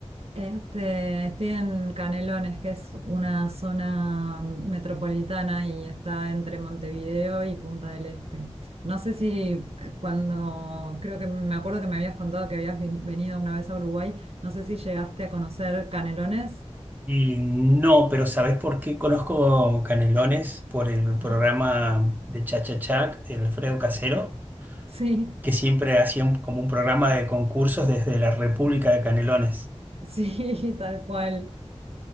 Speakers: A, on the right; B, on the right.
A: Este, estoy en Canelones, que es una zona metropolitana y está entre Montevideo y Punta del Este. No sé si eh, cuando, creo que me acuerdo que me habías contado que habías veni- venido una vez a Uruguay, no sé si llegaste a conocer Canelones.
B: Y no, pero ¿sabés por qué conozco Canelones por el programa
A: Ajá.
B: de Cha Cha Cha, de Alfredo Casero?
A: <laughs> Sí.
B: que siempre hacía un- como un programa de concursos desde la República de Canelones.
A: Sí, <laughs> tal cual.